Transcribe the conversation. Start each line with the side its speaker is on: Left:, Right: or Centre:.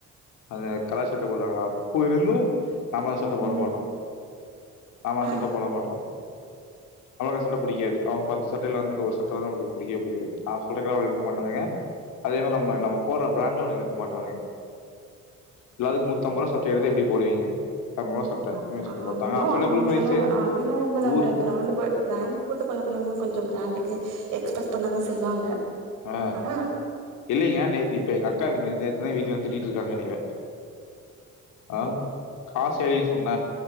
Left: அத தரசட்ட போதாதா போயிரணு ஆம சட்டபோட
Right: ம்
Left: மாட்டோ ஆமா
Right: ஆ
Left: சட்ட போட மாட்டோ அவளுக்கு சட்ட புடிக்காது அவங்க பத்து சட்டையில வந்து ஒரு சட்ட வந்து அவங்களுக்கு புடிக்கவே புடிக்காது ந சொல்லற அவங்க எடுக்க மாட்டானுங்க அதே மாரி நம்ம நம்ம போடுற ப்ராண்ட் அவனுங்களுக் மாட்டானுங்க எல்லாத்துக்கும் ரூ. சட்டை எடுத்தா எப்டி போடுவீங்க? ரூ. சட்ட.
Right: அது அதுனங்க
Left: பாத்தாங்க அஃபர்டபுள் பிரைஸு
Right: சொல்லுவங்க அது என்னவோ உண்மதாங்க
Left: ஊர்
Right: ப்ராண்ட் போ பிராண்ட் போட்டு பழகுனவங்க கொஞ்ச ப்ராண்டு கு எக்ஸ்பெட் பண்ணதா செய்வாங்க
Left: ஆ
Right: ஆனா
Left: இல்லைங்க நேத்தி இப்ப எங்க அக்கா நே நேத்து தா எங்க வீட்டுல வந்து திட்டிட்டு இருக்காங்க என்னயவே அ காசடின் சொன்ன